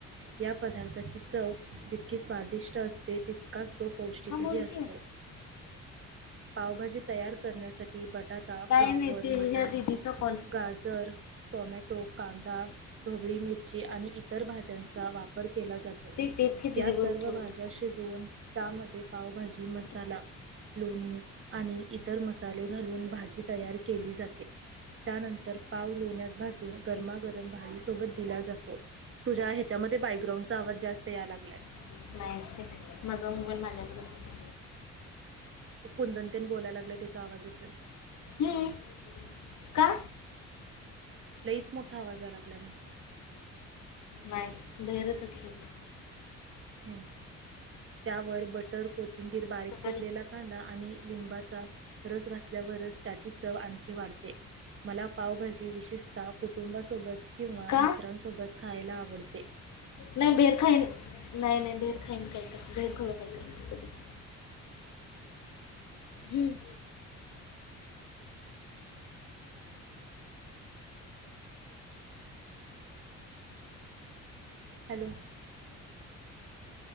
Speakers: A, on the right; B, on the left.
A: या पदार्थाची चव जितकी स्वादिष्ट असते तितकाच तो पौष्टिकही
B: हा बोलते
A: असतो. पावभाजी तयार करण्यासाठी बटाटा
B: काय
A: फ्लावर
B: नाही ते
A: मटार
B: ह्या दीदीचा कॉल
A: गाजर टोमॅटो कांदा ढोबळी मिरची आणि इतर भाज्यांचा वापर केला जातो
B: ते तेच की दीदी
A: या
B: बरोबर
A: सर्व भाज्या
B: बोलत
A: शिजवून त्यामध्ये पावभाजी
B: होतो
A: मसाला लोणी आणि इतर मसाले घालून भाजी तयार केली जाते. त्यानंतर पाव लोण्यात भाजून गरमागरम भाजीसोबत दिला जातो. तुझ्या च्यामध्ये बायकग्रांडचा आवाज जास्त याय लागलाय.
B: <unintelligible> माझा मोबाईल माझ्याकडेच आहे.
A: कुंदतेन बोलायला लागले त्याचा आवाज येतोय.
B: हम्म. का
A: लईच मोठा आवाज याय लागलाय म्हणाले
B: नाही बहेर <inaudible>
A: त्यावर बटर कोथिंबीर बारीक
B: सकाळी
A: चिरलेला कांदा आणि लिंबाचा रस घातल्यावरच त्याची चव आणखी वाढते. मला पावभाजी विशेषतः कुटुंबासोबत किंवा
B: का
A: मित्रांसोबत खायला आवडते.
B: नाही बेहेर खाईन नाही नाही बेहेर खाईन काहीतं बेर खाऊ काहीत मस्तपैकी. हम्म
A: हॅलो